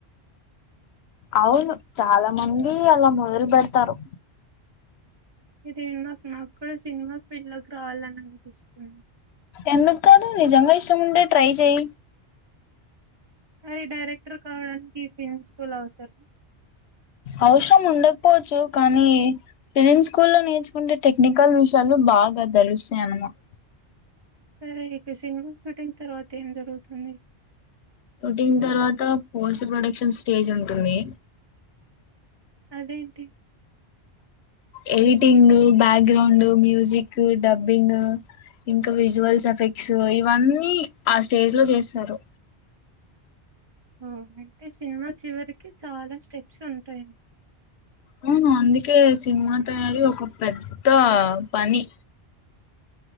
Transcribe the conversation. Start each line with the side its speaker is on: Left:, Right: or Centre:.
Left: అవును చాలా మంది అలా మొదలు పెడతారు
Right: ఇది నాకు నాకు కూడా సినిమా ఫీల్డ్ లోకి రావాలని పిస్తుంది.
Left: ఎందుక్ కాదు నిజంగా ఇష్టముంటె ట్రై చేయి
Right: సరే డైరెక్టర్ కావడానికి ఫిమ్స్ స్కూల్ కూడా అవసరం
Left: అవసరం ఉండకపోవచ్చు. కానీ ఫిలిం స్కూల్ లో నేర్చుకుంటే టెక్నికల్ విషయాలు బాగా దేలుస్తాయన్నమాట
Right: సరే ఇక సినిమా షూటింగ్ తర్వాత ఏం జరుగుతుంది.
Left: షూటింగ్ తర్వాత పోస్ట్ ప్రొడక్షన్ స్టేజ్ ఉంటుంది.
Right: అదేంటి
Left: ఎడిటింగ్ బ్యాక్గ్రౌండ్ మ్యూజిక్ డబ్బింగ్ ఇంకా విజువల్స్ ఎఫెక్ట్స్ ఇవన్నీ ఆ స్టేజ్ లో చేస్తారు.
Right: ఓ అంటే సినిమా చివరికి చాలా స్టెప్స్ ఉంటాయి.
Left: ఉ హ్ అందుకే సినిమా తయారీ ఒక పెద్ద పని